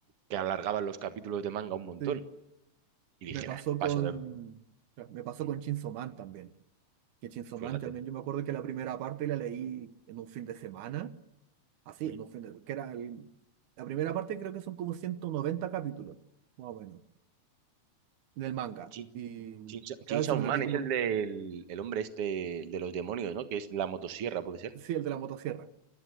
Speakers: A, on the right; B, on the right.
A: que alargaban los capítulos de manga un montón.
B: Sí.
A: Y dije,
B: Me pasó
A: "Nah, paso
B: con.
A: de...
B: Me pasó
A: Mm,
B: con Chainsaw Man también. Que Chainsaw
A: Fíjate.
B: Man también, yo me acuerdo que la primera parte la leí en un fin de semana. Así,
A: Mm,
B: en un fin de. Que era el- la primera parte creo que son como 190 capítulos, más o menos, en el manga.
A: Chin,
B: Y, y
A: Chin,
B: claro,
A: Chin
B: eso me lo
A: Man
B: leí como.
A: es el
B: un-
A: del el hombre este, el de los demonios, ¿no? Que es la motosierra, puede ser.
B: Sí, el de la motosierra.